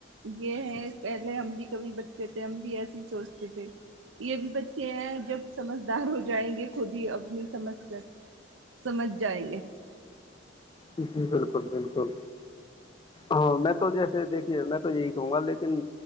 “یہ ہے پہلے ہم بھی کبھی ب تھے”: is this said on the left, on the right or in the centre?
Right